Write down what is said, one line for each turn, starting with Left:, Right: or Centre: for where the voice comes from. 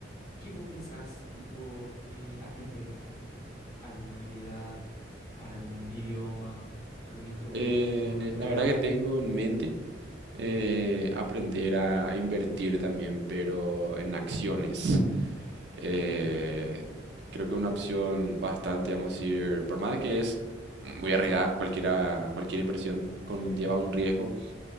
Left: ¿Qué vos pensás, tipo, eh, aprender a futuro? ¿Alguna habilidad, algún idioma, algún instrumento,
Right: Eh,
Left: estudiar?
Right: la verdad que tengo en mente eh, aprender a, a invertir también, pero en acciones. Eh,
Left: Acciones.
Right: creo que una opción bastante, vamos a decir, por más de que es muy arriesgada, cualquiera, cualquier inversión conlleva
Left: Sí,
Right: un riesgo,